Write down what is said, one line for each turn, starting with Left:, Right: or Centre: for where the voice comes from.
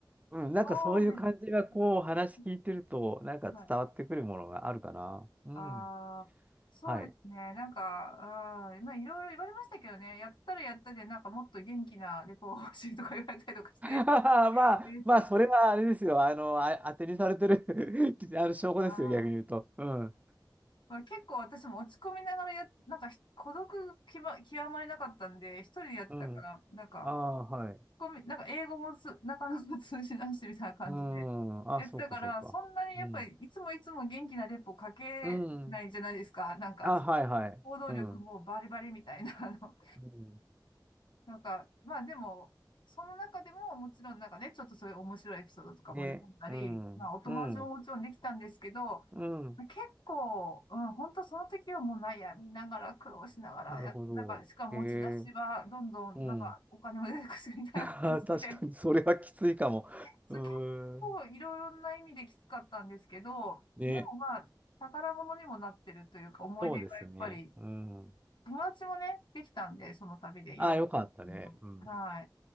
Right: うん、なんかそういう感じがこう話聞いてると、
Left: そうです。うんうん
Right: なんか伝わってくるものがあるかな。
Left: はい。
Right: うん。
Left: ああ、そうですね。
Right: はい。
Left: なんか、うん、まあ、いろいろ言われましたけどね、やったらやったで、なんかもっと元気なレポが欲しいとか言われたりとかして、
Right: <laughs> まあ、
Left: 憂鬱な、
Right: まあ、それはあれですよ。あの、あ、当てにされてる <laughs> あの証拠ですよ、
Left: あ
Right: 逆に言うと。
Left: ー
Right: うん。
Left: まあ、結構私も落ち込みながらや、なんかひ孤独きま、極まりなかったんで、一人でやったから、
Right: うん。
Left: なんか、
Right: ああ、はい。
Left: ごめんなんか英語もつなかなか通じないしみたいな感じでやってたから、
Right: うん。あ、そうか、そうか。
Left: そんなにやっぱりいつもいつも元気なレポかけないじゃないですか。
Right: うん。うん。
Left: なんか、
Right: あ、はい、はい。
Left: 行動力もバリバリみたいな、
Right: うん。
Left: あの、
Right: うん。
Left: なんか、まあでも、その中でももちろんなんかね、ちょっとそういう面白いエピソードとか盛り込んだり、
Right: ね。うん。
Left: まあお友達ももちろんできたんですけど、
Right: うん。うん。
Left: 結構、うん、本当その時はもう悩みながら苦労しながらや、
Right: なるほど。
Left: なんか、しかも持ち出しはどんどんなんかお金も出てくるみたいな感じで、
Right: へえ。うん。<laughs> 確かに、
Left: <laughs>
Right: それはきついかも。
Left: それ結構いろいろな意味できつかったんですけど、
Right: うーん。ね。
Left: でもまあ、宝物にもなってるというか思い出がやっぱり、
Right: そうですね。うん。
Left: 友達もね、できたんで、その旅でいろん
Right: ああ、よかったね。うん。
Left: な、はい。